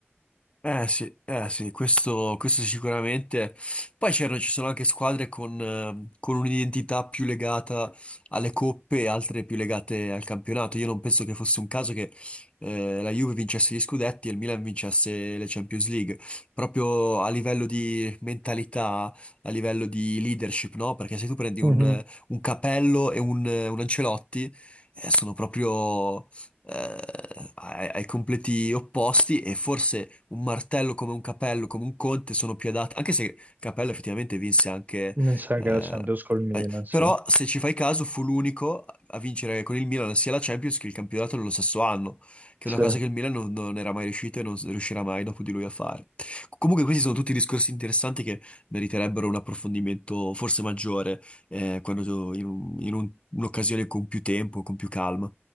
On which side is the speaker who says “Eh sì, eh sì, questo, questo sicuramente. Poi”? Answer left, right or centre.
Left